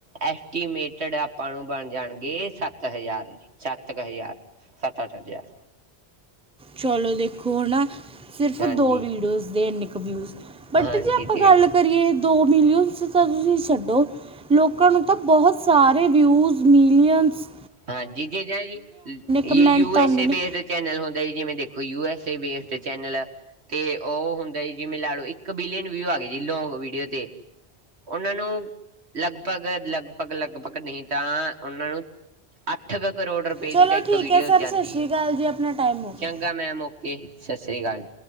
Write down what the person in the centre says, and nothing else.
ਚਲੋ ਦੇਖੋ ਔ ਨਾ ਸਿਰਫ
ਦੋ ਵੀਡੀਓਜ਼ ਦੇ ਏਂਕ ਵਿਊਜ਼। ਬਟ
ਜੇ ਆਪਾਂ
ਗੱਲ ਕਰੀਏ ਦੋ ਮਲੀਅਨਸ ਤਾਂ ਤੁਸੀ ਛੱਡੋ ਲੋਕਾਂ ਨੂੰ ਤਾਂ ਬੋਹਤ ਸਾਰੇ ਵਿਊਜ਼ ਮੀਲੀਅਨਸ
ਕਮੈਂਟ
ਆਉਂਦੇ
ਨੇ
ਚਲੋ
ਠੀਕ
ਹੈ ਸਰ
ਸਤਿ ਸ਼੍ਰੀ
ਅਕਾਲ ਜੀ ਆਪਣਾ ਟਾਈਮ ਹੋ ਗਿਆ